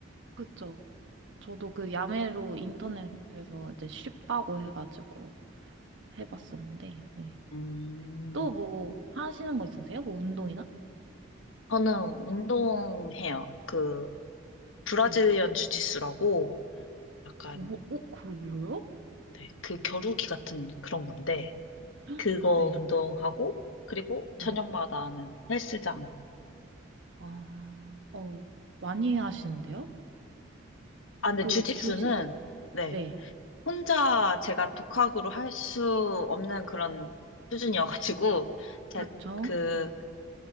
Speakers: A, on the right; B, on the left.
A: 그쵸. 저도 그 야매로 인터넷에서 이제 쉽다고 해가지고 해봤었는데 네.
B: 음.
A: 또 뭐 하시는 거 있으세요? 뭐 운동이나?
B: 저는 운동해요. 그 브라질리언
A: 네.
B: 주짓수라고 약간
A: 뭐, 어, 그거 뭐예요? 헉?
B: 네, 그 겨루기 같은 그런 건데
A: <gasps>
B: 그거
A: 네,
B: 운동하고 그리고
A: 네.
B: 저녁마다는 헬스장.
A: 아, 어, 많이 하시는데요?
B: 아, 근데
A: 그
B: 주짓수는
A: 주짓수?
B: 네,
A: 네,
B: 혼자 제가 독학으로 할 수 없는 그런 수준이어가지고, 제가
A: 그렇죠.
B: 그